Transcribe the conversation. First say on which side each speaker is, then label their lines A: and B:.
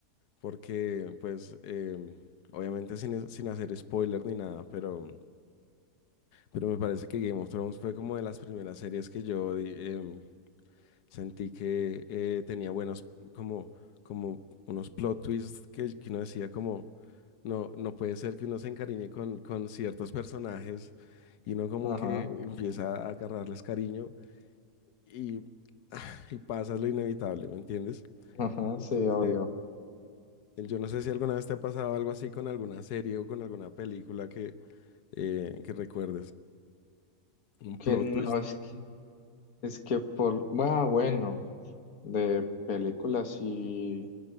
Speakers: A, on the left; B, on the left.
A: porque pues eh, obviamente sin, sin hacer spoiler ni nada, pero, pero me parece que Game of Thrones fue como de las primeras series que yo di- em, sentí que eh, tenía buenos, como, como unos plot twists que, que uno decía como, no, no puede ser que uno se encariñe con, con ciertos personajes y uno como
B: Ajá,
A: que empieza a agarrarles cariño y, y pasa lo inevitable, ¿me entiendes?
B: ajá,
A: Entonces,
B: sí, obvio.
A: Yo no sé si alguna vez te ha pasado algo así con alguna serie o con alguna película que, eh, que recuerdes. Un
B: Que
A: plot
B: no,
A: twist.
B: es que, es que por, ah, bueno, de películas y